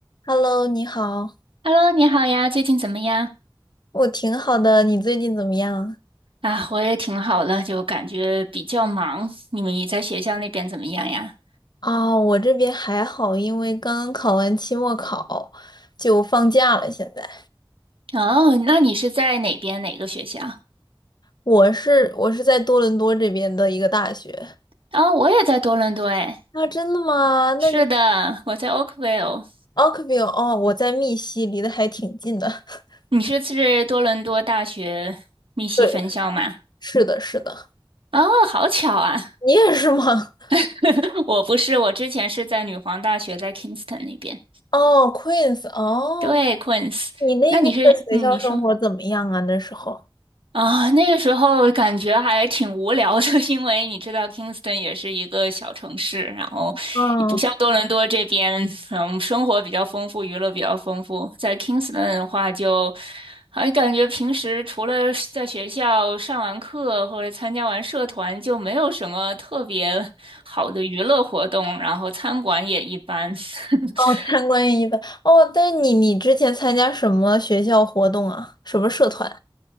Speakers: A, on the left; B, on the right.
A: Hello，你好，
B: Hello，你好呀，最近怎么样？
A: 我挺好的，你最近怎么样？
B: 啊，我也挺好的，就感觉比较忙。你们也在学校那边怎么样呀？
A: 啊，我这边还好，因为刚刚考完期末考，就放假了。现在
B: 哦，那你是在哪边哪个学校？
A: 我是我是在多伦多这边的一个大学
B: 哦，我也在多伦多诶。
A: 啊，真的吗？那你
B: 是的，我在 Oakville。
A: 奥克比尔哦，我在密西，离得还挺近的。<laughs>
B: 你是是多伦多大学密西分校吗？
A: 对的，是的，是的，
B: 哦，好巧啊！
A: 你也是吗？
B: <laughs> 我不是，我之前是在女皇大学，在 Kingston 那边。
A: 哦，Queens，哦，
B: 对，Queens。
A: 你那边的学校生活怎么样啊？
B: 那你是，嗯，你说。
A: 那时候，
B: 啊，那个时候感觉还挺无聊的，<laughs> 因为你知道 Kingston 也是一个小城市，然后也不像多伦多这边，
A: 嗯。
B: 嗯，生活比较丰富，娱乐比较丰富。在 Kingston 的话就，还感觉平时除了在学校上完课或者参加完社团，就没有什么特别好的娱乐活动，然后餐馆也一般。<laughs>
A: 哦，参观一般哦，但你你之前参加什么学校活动啊？什么社团？